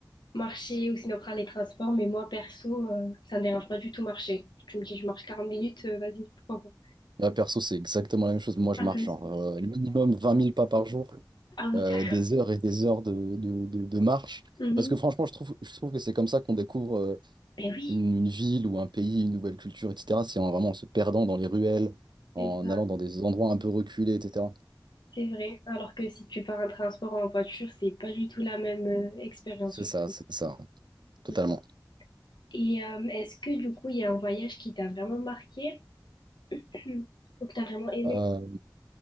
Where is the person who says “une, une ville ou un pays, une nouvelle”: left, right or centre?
Right